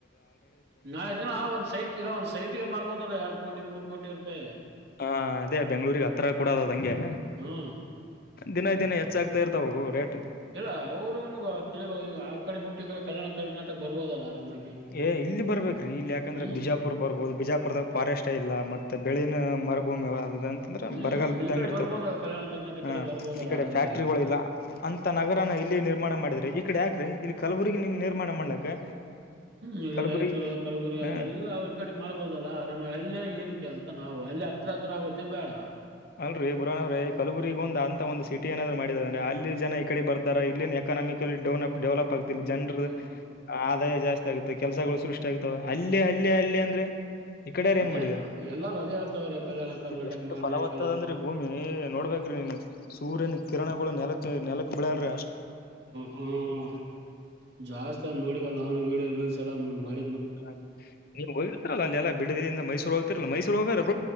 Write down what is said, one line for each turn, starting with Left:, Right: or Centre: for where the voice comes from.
Right: ನಾ ಜನ ಒಂದ್ ಸೈಟ್ ಇಲ್ಲ ಒಂದ್ ಸೈಟಿಗೆ ಮಾಡ್ಬೋದಲ್ಲ ಎರಡ್ ಕೋಟಿ ಮೂರು ಕೋಟಿ ರೂಪಾಯಿ
Left: ಹ ಅದೇ ಬೆಂಗ್ಗಳೂರಿಗೆ ಹತ್ರ ಕೂಡ ಅದ ಹಂಗೆ
Right: ಹ್ಮ್
Left: ದಿನ ದಿನ ಹೆಚ್ಚಾಗ್ತಾ ಇರ್ತಾವವು ರೇಟ್
Right: ಇಲ್ಲ ಅವರುನು ತಆ ಕಡೆ ಬಿಟ್ಟು ಈ ಕಡೆ ಕಲ್ಯಾಣ ಕರ್ನಾಟಕ ಬರ್ಬೋದಲ್ಲ ಆರಾಮಾಗಿ
Left: ಏ ಇಲ್ಲಿ ಬರ್ಬೇಕ್ರೀ ಇಲ್ಲಿ ಯಾಕಂದ್ರೆ
Right: ಹ್ಮ್
Left: ಬಿಜಾಪುರ್ ಬರ್ಬಹುದು ಬಿಜಾಪುರ್ದಾಗ ಫಾರೆಸ್ಟ್ ಇಲ್ಲ ಮತ್ತತ್ ಮ ಬೆಳಿನ ಮರುಭೂಮಿ ಅಂತದ್ರೆ
Right: ಹ್ಮ್
Left: ಬರಗಾಲ ಬಿದ್ದಂಗ
Right: ಈ ಕಡೆ
Left: ಇರ್ತವರು
Right: ಬರ್ಬೋದಲ್ಲ ಕಲ್ಯಾಣ ಕರ್ನಾಟಕ
Left: ಹ
Right: ಕಡೆ ಬರ್ಬೋದಲ್ಲ
Left: ಈ ಕಡೆ
Right: ಆರಾಮಾಗಿ
Left: ಫ್ಯಾಕ್ಟ್ರಿಗಳು ಇಲ್ಲ ಅಂತ ನಗರ ಇಲ್ಲೇ ನಿರ್ಮಾಣ ಮಾಡಿದ್ರೆ ಈ ಕಡೆ ಯಾಕ್ರಿ ಇಲ್ಲಿ ಕಲಬುರಗಿ ನಿರ್ಮಾಣ ಮಾಡ್ಲಕ್ಕ
Right: ಇ
Left: ಕಲಬುರಗಿ
Right: ರಾಯಚೂರು ಕಲಬುರಗಿ
Left: ಹ
Right: ಎಲ್ಲ ಕಡೆ ಮಾಡ್ಬೋುದಲ್ಲ ಆರಾಮ ಅಲ್ಲೇ ಏನಕ್ಕೆ ಅಂತ ನಾವು ಅಲ್ಲಿತ್ತ ಹತ್ರ ಆಗುತ್ತೆ ಬೇಡ
Left: ಅಲ್ರೀ ಬುರಾನವ್ರೀ ಕಲಬುರಿಗ ಒಂದು ಅಂತ ಒಂದು ಸಿಟಿ ಏನಾದ್ರು ಮಾಡಿದಿದೆ ಅಂದ್ರೆ ಅಲ್ಲಿ ಜನ ಈ ಕಡೆ ಬರ್ತಾರ ಇಲ್ಲಿನ ಎಕಾನಾಮಿಕ್ ಡೆನಪ್ ಡೆವಲಪ್ ಆಗ್ತಿ ಜನರ
Right: ಡೆವಲಪ್
Left: ಆದಾಯ ಜಾಸ್ತಿ ಆಗುತ್ತೆ ಕೆಲಸಗಳು ಸೃಷ್ಟಿ ಆಗ್ತವೆ ಅಲ್ಲಿೇ ಲ್ಲಿ ಅಲ್ಲ ಅಂದ್ರೆ ಈ ಕಡ
Right: ಅದೇ
Left: ಏನ್ ಮಾಡಿದ್ದಾರೆ
Right: ಎಲ್ಲಾರು ಅದೇ ಹೇಳ್ತಾವ್ರೆ ಕಲ್ಯಾಣ ಕರ್ನಾಟಕ
Left: ಎಷ್ಟು
Right: ಮಾಡ್ರಿ
Left: ಫಲವ
Right: ಕಲ್ಯಾಣ
Left: ಇರ್ತಾಡ್ರಿ ಭೂಮಿ ನೋಡ್ಬ್ರಿ ನೀನ್ ಸೂರ್ಯನ ಕಿರಣಗಳ ನೆಲಕ್ ನೆಲಕ್ ಬಿಳಲ್ರಿೀ
Right: ಹ ಜಾಸ್ತಿ ಆದ ನೋಡಿವ ನಾವ್ ವಡಿಯೋ ರೀಲ್ಸ್ ಎಲ್ಲ ಮಾಡ
Left: ಹ ನೀಮ್ ಹೋಗಿರ್ತರಲ್ಲ ಅಲ್ಲಿಲ್ಲಾ ಬಿಡದದಿಂದ ಮೈಸೂರು ಹೋಗತಿರಲ್ಲ ಮೈಸೂರು ಹೋಗರತ್ತ